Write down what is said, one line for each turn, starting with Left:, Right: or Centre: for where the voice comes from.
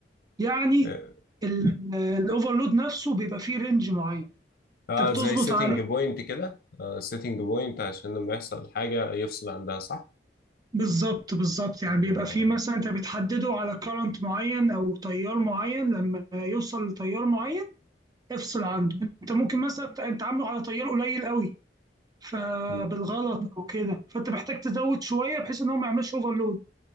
Right: يعني
Left: آه،
Right: الاوفرلود نفسه بيبقى فيه رينج معين
Left: اه
Right: انت بتظبط
Left: زي سيتنج
Right: عليه
Left: بوينت كده آه سيتنج بوينت عشان لما يحصل حاجة يفصل عندها صح؟
Right: بالظبط بالظبط يعني
Left: آه.
Right: بيبقى فيه مثلا انت بتحدده على كارنت معين او تيار معين لما يوصل لتيار معين افصل عنده انت ممكن مثلا انت عامله على تيار قليل قوي فبالغلط
Left: مم.
Right: او كده فانت محتاج تزود شويه بحيث ان هو ما يعملش اوفرلود